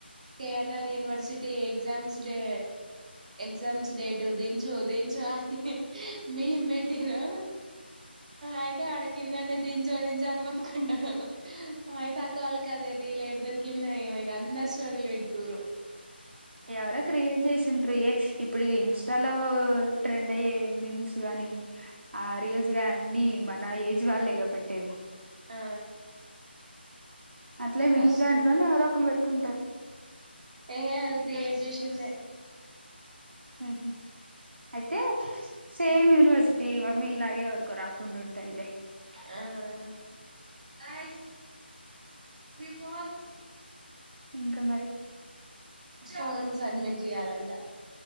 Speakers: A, on the right; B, on the right.
A: KNR university exams day exams date దించు దించు అని మేము పెట్టినా అయితే అడకిందండి దించో దించ అని మోతుకుంటాడు అయితే అక్కవాళ్ళ కదే రీల్ ఏడ దొరికిందో ఏవో ఇగ అందర్ స్టోరీలు పెట్కూరు
B: ఎవరో క్రియేట్ చేసింటారు ఏ ఇప్పుడు ఇన్స్టాలో ట్రెండ్ అయ్యే మిమ్స్ గానీ ఆ రీల్స్ గాని అన్ని మన ఏజ్ వాళ్లే గా పెట్టేది
A: ఆ
B: అట్లే మీ
A: అస్సలు
B: దాంట్లోనే ఎవరో ఒకరు పెట్టి ఉంటారు
A: ఏ అది క్రియేట్ చేసిందే
B: హ్మ్ హు అయితే సేమ్ యూనివర్సిటీ మీలాగే ఎవరికో రాకుండా ఉంటాయిలే
A: ఆ
B: ఇంకా మరి
A: కౌన్సస్ అడ్మింట్ చేయాలంట